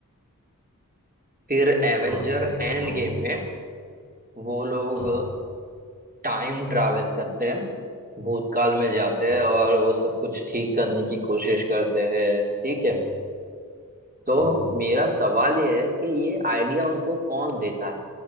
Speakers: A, on the right; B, on the left.
A: फिर एवेंजर
B: हाँ, उसमें खत्म
A: एंड
B: हो
A: गेम
B: गया
A: में वो लोग
B: हाँ
A: टाइम ट्रैवल करते हैं भूतकाल में जाते
B: हाँ
A: हैं और वो सब कुछ ठीक करने की कोशिश करते हैं ठीक है
B: हम्म,
A: तो
B: हाँ
A: मेरा सवाल ये है कि ये आइडिया उनको कौन देता है